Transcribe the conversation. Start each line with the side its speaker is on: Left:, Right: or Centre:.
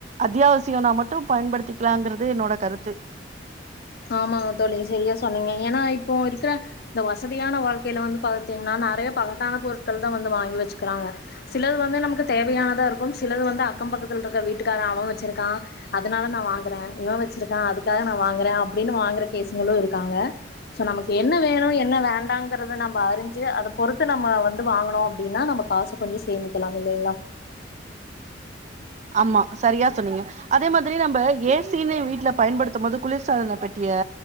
Right: அத்தியாவசியனா மட்டு பயன்படுத்திக்கலாங்கிறது என்னோட கருத்து
Left: ஆமாங்க தோழி சேரியா சொன்னீங்க ஏன்னா இப்போ இருக்கிற இந்த வசதியான வாழ்க்கையில வந்து பாத்தீங்கனா நெறய பகட்டான பொருட்கள் தா வந்து வாங்கி வச்சுக்கிறாங்க சிலது வந்து நமக்கு தேவையானதா இருக்கு சிலது வந்து அக்கம் பக்கத்துல இருக்குற வீட்டுக்காரன் அவன் வச்சிருக்கான் அதனால நா வாங்குறே இவன் வச்சிருக்கா அதுக்காக நா வாங்குறே அப்புடின்னு வாங்குற கேசுங்களு இருக்காங்க சோ நமக்கு என்ன வேணு என்ன வேண்டாங்கறத நம்ப அறிஞ்சு அத பொறுத்து நம்ம வந்து வாங்கணு அப்புடின்னா நம்ம காசே கொஞ்ச சேமிக்கலா இல்லேங்களா
Right: ஆமா சரியா சொன்னீங்க அதே மாதிரி நம்ம ஏசி னே வீட்டுல பயன்படுத்து போது குளிர்சாதன பெட்டியே